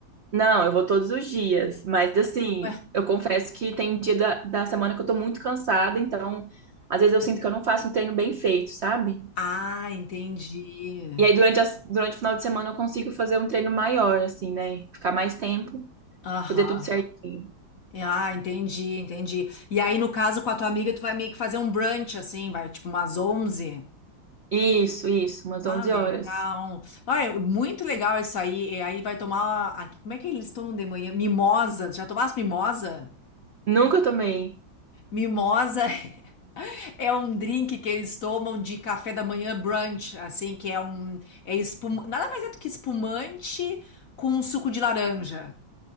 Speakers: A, on the right; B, on the left.
A: Não, eu vou todos os dias, mas assim,
B: Ué.
A: eu confesso que tem dia da, da semana que eu tô muito cansada, então às vezes eu sinto que eu não faço um treino bem feito, sabe?
B: Ah, entendi.
A: E aí durante, as- durante o final de semana eu consigo fazer um treino maior, assim, né? Ficar mais tempo,
B: Aham.
A: fazer tudo certinho.
B: Ah, entendi, entendi. E aí, no caso, com a tua amiga, tu vai meio que fazer um brunch, assim, vai tipo umas 11.
A: Isso, isso, umas
B: Ah,
A: onze
B: legal.
A: horas.
B: Ah, é muito legal isso aí. E aí vai tomar. aqui. Como é que eles tomam de manhã? Mimosa. Já tomaste mimosa?
A: Nunca tomei.
B: Mimosa <laughs> é um drink que eles tomam de café da manhã brunch, assim, que é um. É espum... Nada mais é do que espumante com suco de laranja.